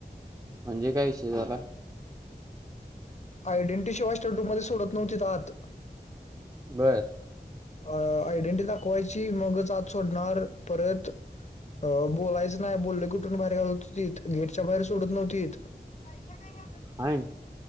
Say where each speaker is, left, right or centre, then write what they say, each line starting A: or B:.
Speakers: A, on the right; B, on the left.
A: म्हणजे काय विषय झाला
B: आयडेंटी शिवाय <unintelligible> मध्ये सोडत नव्हती आत
A: बर.
B: अ आयडेंटि दाखवायची मगच आत सोडणार परत अ बोलायचं नाही बोललं उठून बाहेर घालत होतीत. गेटच्या बाहेर सोडत नव्हतीत. कायच्या काय <unintelligible>
A: आहे.